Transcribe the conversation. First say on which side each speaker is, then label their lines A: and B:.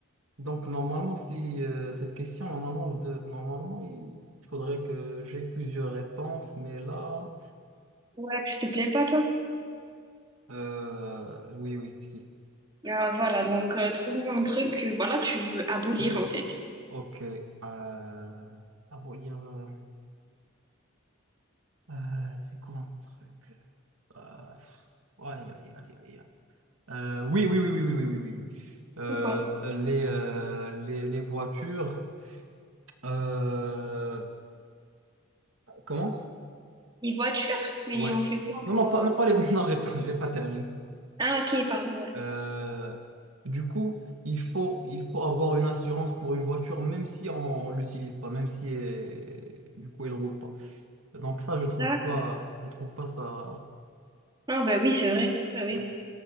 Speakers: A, on the right; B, on the right.
A: Donc, normalement, si euh, cette question, normalement, je de- normalement, il il faudrait que j'ai plusieurs réponses, mais là,
B: Ouais, tu te plains pas, toi?
A: euh, oui, oui, si.
B: Ah, voilà, donc euh, trouve-moi un truc que, voilà, que tu veux abolir
A: Ok,
B: en fait.
A: ok. Euh, ah bon, il y a, euh, euh, c'est quoi un truc? Euh, pff, aïe, aïe, aïe, aïe, aïe. Euh, oui, oui, oui, oui, oui, oui, oui, oui. oui. Euh,
B: C'est Quoi?
A: les, euh, les, les voitures. euh, comment?
B: Les voitures? Mais
A: Ouais.
B: on fait quoi
A: Non,
B: pour...
A: non, pas,
B: euh,
A: non, pas les. <laughs> Non, j'ai pas, j'ai pas terminé.
B: Ah ok, pardon, ouais.
A: Euh, du coup, il faut, il faut avoir une assurance pour une voiture, même si on l'utilise pas, même si elle- du coup elle roule pas. Donc ça, je trouve
B: Là-
A: pas, je trouve pas ça.
B: Ah ben oui, c'est vrai. Oui, oui,
A: ouais.